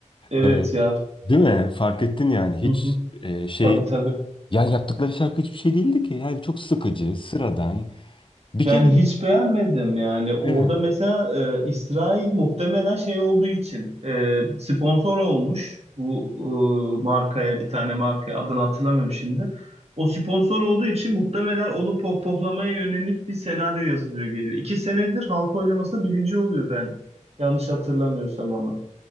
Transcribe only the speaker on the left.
E,
değil mi? Fark ettin yani hiç
e, şey
yani yaptıkları şarkı hiçbir şey değildi ki. Yani çok sıkıcı, sıradan. Bir
kere
evet.